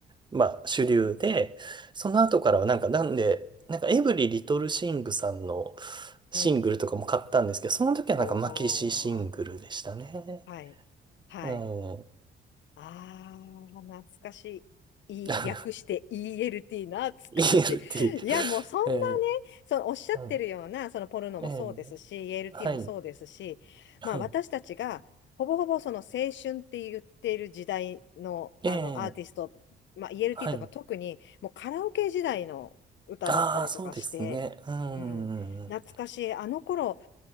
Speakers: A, on the right (about 20°); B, on the left (about 70°).
A: まあ、主流で、その後からはなんか、なんで、なんかエブリリトルシングさんのシングルとかも買ったんですけど、
B: うん。
A: その時はなんかマキシシングルでしたね。
B: おー。はい。はい。
A: えー、
B: あー、懐かしい。
A: <laughs>
B: い、略して ELT、懐かしい。
A: ELT。
B: いや、もうそんな
A: え
B: ね、そのおっしゃってるような、
A: ー、はい。
B: そのポルノもそうですし、
A: えー、
B: ELT
A: はい。
B: もそうですし、
A: はい。
B: まあ私たちが、ほぼほぼその青春って言ってる時代の、
A: えー、
B: あのアーティスト、まあ、ELT
A: はい。
B: とか特にもうカラオケ時代の歌だったりとかして、
A: ああ、そうですね。うん。
B: うん、懐かしい。あの頃